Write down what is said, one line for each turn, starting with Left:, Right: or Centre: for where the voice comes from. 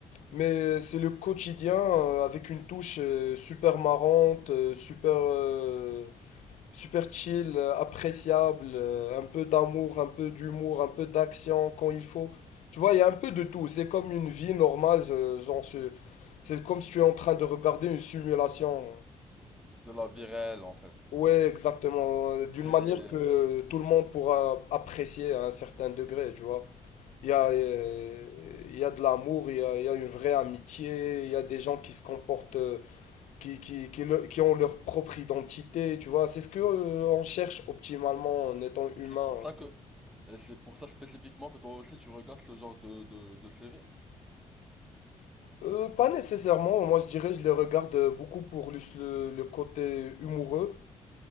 Left: Mais c'est le quotidien euh, avec une touche euh, super marrante, euh, super euh, Super chill, euh, appréciable, euh, un peu d'amour, un peu d'humour, un peu d'action quand il faut. Tu vois, il y a un peu de tout. C'est comme une vie normale, euh, genre ce- c'est comme si tu es en train de regarder une simulation.
Centre: de la vie réelle en fait.
Left: Ouais, exactement. euh, D'une
Centre: Et
Left: manière que tout le monde pourra apprécier à un certain degré, tu vois. Il y a, euh, il y a de l'amour, il y a, il y a une vraie amitié, il y a des gens qui se comportent euh, qui, qui, qui, le- qui ont leur propre identité, tu vois. C'est ce que euh, on cherche optimalement en étant humain.
Centre: c'est pour ça que et c'est pour ça spécifiquement que toi aussi tu regardes ce genre de de, de série?
Left: Euh, pas nécessairement, moi je dirais, je les regarde euh, beaucoup pour le, le- le côté humoureux.